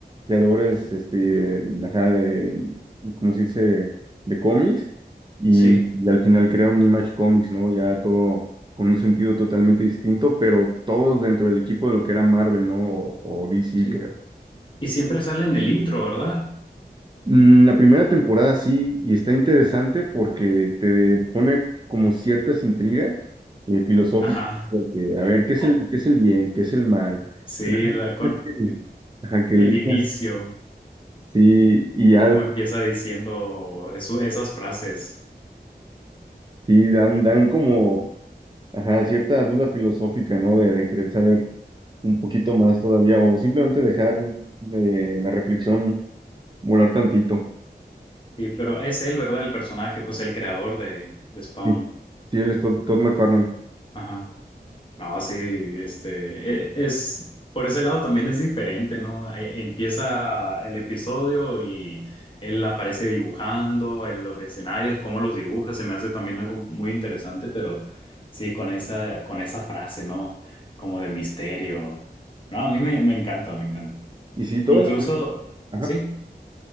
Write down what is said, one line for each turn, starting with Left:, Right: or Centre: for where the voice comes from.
Right: creadores, este, ajá, de, como se dice, de cómics, y,
Left: Sí,
Right: y al final crea un Image Comics, ¿no? Ya todo con un sentido totalmente distinto, pero todos dentro del equipo de lo que era Marvel, ¿no? O, o DC,
Left: sí.
Right: creo.
Left: Y siempre sale en el intro, ¿verdad?
Right: Mm, La primera temporada sí, y está interesante porque te pone como ciertas intrigas eh, filosóficas,
Left: Ajá.
Right: de, a ver, ¿qué
Left: Oh.
Right: es el, qué es el bien, qué es el mal?
Left: Sí,
Right: Realmente,
Left: la con
Right: Ajá, que
Left: el
Right: el bien
Left: inicio,
Right: es- sí, y ya
Left: cómo empieza diciendo eso- esas frases.
Right: Sí, dan, dan como, ajá, cierta duda filosófica, ¿no? De, de querer saber un poquito más todavía, o simplemente dejar eh, la reflexión volar tantito.
Left: Sí, pero es él, ¿verdad? El personaje, pues el creador de, de Spawn.
Right: Sí, sí, él es Todd, Todd McFarlane.
Left: Ajá. No, sí, este, e- es, por ese lado también es diferente, ¿no? E- Empieza el episodio y él aparece dibujando en los escenarios, cómo los dibuja, se me hace también algo muy interesante, pero sí, con esa, con esa frase, ¿no? Como de misterio. No, a mí me, me encanta, me encanta.
Right: Y sí, toda
Left: Incluso,
Right: la, pri- ajá,
Left: sí,